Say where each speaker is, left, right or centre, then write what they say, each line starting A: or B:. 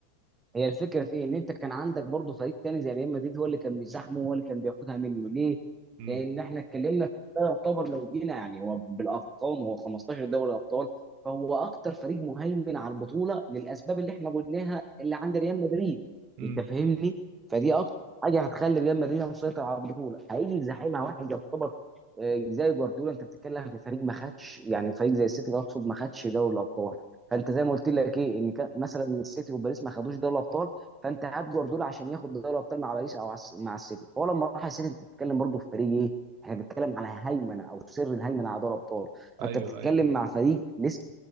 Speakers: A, on the right; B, on the right.
A: هي الفكره في ايه ان انت كان عندك برضه فريق تاني زي ريال مدريد هو اللي كان بيزاحمه هو اللي كان بياخدها منه ليه؟
B: امم
A: لان احنا اتكلمنا في ده يعتبر لو جينا يعني هو بالارقام هو 15 دوري ابطال فهو اكتر فريق مهيمن على البطوله للاسباب اللي احنا قلناها اللي عند ريال مدريد
B: امم
A: انت فاهمني؟ فدي اكتر حاجه هتخلي ريال مدريد مسيطر على البطوله هيجي يزاحمها واحد يعتبر آه، زي جوارديولا انت بتتكلم في فريق ما خدش يعني فريق زي السيتي اقصد ما خدش دوري الابطال فانت زي ما قلت لك ايه ان كان مثلا السيتي وباريس ما خدوش دوري الابطال فانت هات جوارديولا عشان ياخد دوري الابطال مع باريس او عس- مع السيتي هو لما راح السيتي انت بتتكلم برضه في فريق ايه احنا بنتكلم على هيمنه او سر الهيمنه على دوري الابطال فانت
B: ايوه
A: بتتكلم
B: ايوه
A: مع فريق لسه